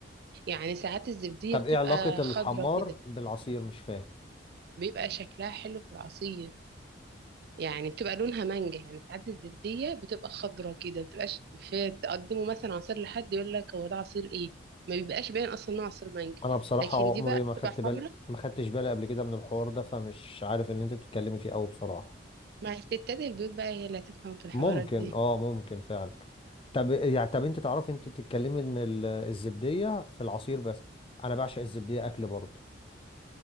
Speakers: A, on the right; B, on the left.
A: يعني ساعات الزبدية
B: طب
A: بتبقى
B: ايه علاقة الحمار
A: خضرة كده
B: بالعصير مش فاهم
A: بيبقى شكلها حلو في العصير يعني بتبقى لونها مانجا يعني ساعات الزبدية بتبقى خضرة كده بتبقاش في تقدمه مثلا عصير لحد يقول لك هو ده عصير ايه ما بيبقاش باين اصلا انه عصير مانجا
B: انا بصراحة
A: لكن دي
B: عمري
A: بقى
B: ما خدت
A: بتبقى
B: بالي
A: حمرا
B: ما خدتش بالي قبل كده من الحوار ده فمش عارف اللي انت بتتكلمي فيه قوي بصراحة
A: مع الستات البيوت بقى هي اللي هتفهم في الحوارات
B: ممكن
A: دي
B: اه ممكن فعلا طب يعني طب انت تعرفي انت بتتكلمي ان ال- الزبدية في العصير بس انا بعشق الزبدية اكل برضه